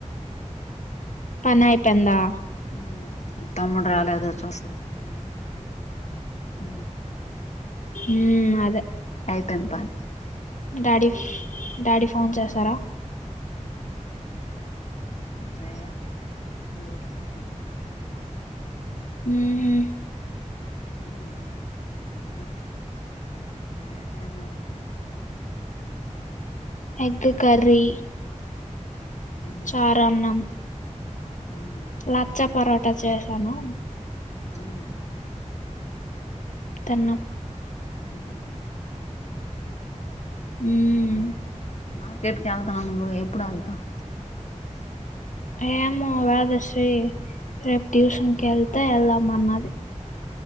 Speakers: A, on the left (about 80°); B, on the left (about 65°).
A: పనైపోయిందా?
B: మ్ తమ్ముడు రాలేదు చూసున్న వస్తాడా అని మ్
A: ఉమ్ అదే
B: అయిపోయింద్ పని
A: డాడీ డాడీ ఫోన్ చేసారా?
B: లేద్ డ్యూట్లో ఉన్నడ్
A: మ్ హ్
B: మ్ మరే ఎట్ తిన్నవేటి
A: ఎగ్గ్ కర్రీ
B: ఉమ్
A: చారన్నం.
B: ఉమ్
A: లచ్చ పరోటా చేసాను.
B: మ్
A: తన్నాం.
B: మ్ హ్ హ్
A: మ్....
B: అదే మార్కెట్కి ఎల్తనన్నవు ఎప్పుడ్ ఎల్తవ్
A: ఏమో వేదశ్రీ రేప్ ట్యూషన్కెల్తె ఎళ్దాం అన్నది.